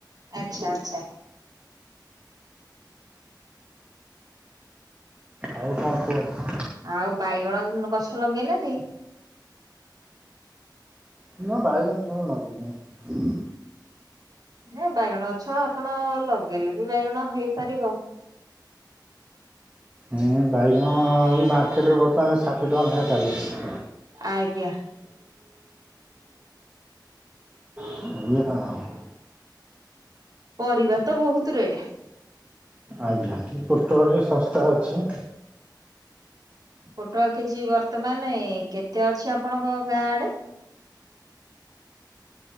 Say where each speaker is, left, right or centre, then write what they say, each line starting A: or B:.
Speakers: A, on the right; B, on the right.
A: ଆଚ୍ଛା ଆଚ୍ଛା।
B: ଆଉ କଣ କୁହନ୍ତୁ?
A: ଆଉ ବାଇଗଣ ଗଛ ଲଗେଇନାହାଁନ୍ତି?
B: ନାଁ ବାଇଗଣ ଫାଇଗଣ ନଗେଇନେହିଁ।
A: ନା ବାଇଗଣ ଗଛ ଆପଣ ଲଗେଇଲେ ବି ବାଇଗଣ ହେଇପାରିବ।
B: ହେଁ ବାଇଗଣ ଏ ମାର୍କେଟେରେ ବର୍ତ୍ତମାନେ ଷାଠିଏ ଟଙ୍କା ନେଖା ଚାଲିଛି।
A: ଆଜ୍ଞା।
B: <inaudible>
A: ପରିବା ତ ବହୁତ ରେଟେ।
B: ଆଜ୍ଞା କି ପୋଟଳ ଟି ଶସ୍ତା ଅଛି।
A: ପୋଟଳ କେଜି ବର୍ତ୍ତମାନେ କେତେ ଅଛି ଆପଣଙ୍କ ଗାଁ ଆଡେ?